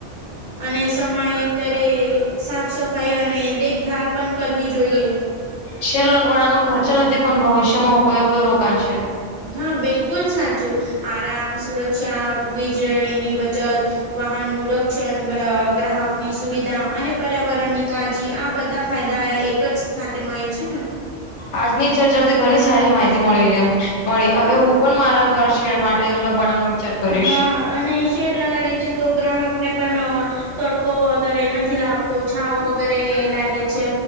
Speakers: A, on the right; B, on the left.
A: અને સમયાતરે સાફ સફાઈ અને દેખભાલ પણ કરવી જોઈએ.
B: શેર લગવાડાનો ખર્ચ નથી પણ ભવિષ્યમાં ઉપયોગ રોકાણ છે.
A: હા બિલકુલ સાચું આરામ સુરક્ષા વીજળીની બચત વાહનનું રક્ષણ ગ્રાહકની સુવિધા અને પર્યાવરણની કાળજી આ બધા ફાયદા એક જ સાથે મળે છે ને
B: આજની ચર્ચાથી ઘણી સારી માહિતી મળી મળી હવે હું પણ મારા ઘર છેેડ માટે લગવાડાનો. વિચાર કરીશ.
A: હા અને શેર લગાડે છે તો ગ્રાહકને પણ તડકો વગેરે નથી. નથી લાવતો છાવ વગેરે લાગે છે.